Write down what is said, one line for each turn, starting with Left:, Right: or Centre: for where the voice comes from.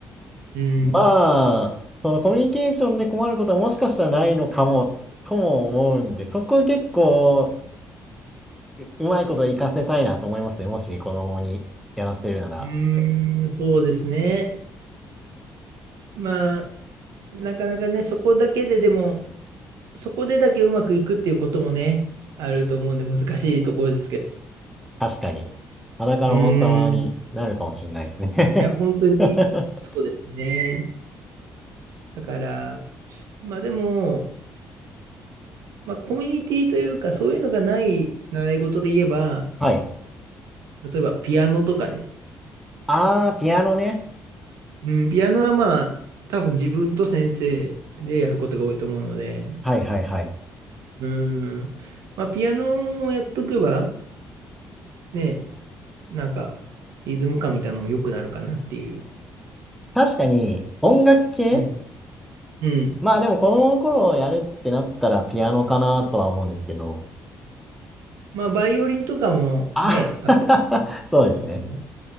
Right: うん。
Centre: まあ、そのコミュニケーションで困ることはもしかしたらないのかも、とも思うんで、そこ結構、ううまいこと活かせたいなと思いますね。もし子供にやらせるなら、
Right: うーん、そうですね。まあ、なかなかね、そこだけででも、そこでだけうまくいくっていうこともね、あると思うんで難しいところですけど。
Centre: 確かに、裸の王様になるかもしれないですね。
Right: うーん。いや、本当にそうですね。
Centre: <laughs>
Right: だから、まあでも、まあコミュニティというか、そういうのがない習い事で言えば、
Centre: はい。
Right: 例えばピアノとかね。
Centre: あー、ピアノね。
Right: うん、ピアノはまあ、多分自分と先生でやることが多いと思うので、
Centre: はいはいはい。
Right: うん、まあピアノをやっとけば、ね、なんか、リズム感みたいなのも良くなるかなっていう。
Centre: 確かに音楽系
Right: うん。うん。
Centre: まあでも子供の頃やるってなったらピアノかなとは思うんですけど。
Right: まあ、バイオリンとかもね、
Centre: あ
Right: あったり。
Centre: <laughs> そうですね。
Right: うん